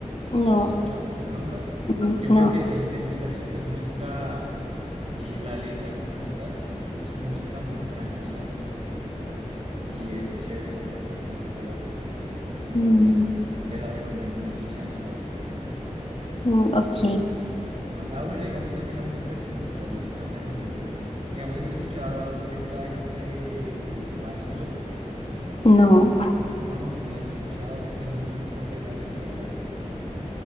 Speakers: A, on the left; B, on the right.
A: No,
B: ¿Lo has escuchado? ¿Nunca?
A: mm,
B: Yo
A: no.
B: creo que esa sí te gustaría. Es música, eh, las letras son bonitas, es música muy tranquila y es chévere, o sea, es bastante pegajosa. Entonces,
A: mm,
B: te la recomiendo, Milky Chance se llama.
A: mm,
B: Y
A: ok,
B: no, ah, bueno, digamos también la música sí me gusta, ellos cantan en inglés. Digamos, ¿has escuchado Riptide de, de Vance Joy?
A: no.
B: No, no la has escuchado, es que no, no me acuerdo de la letra, la de,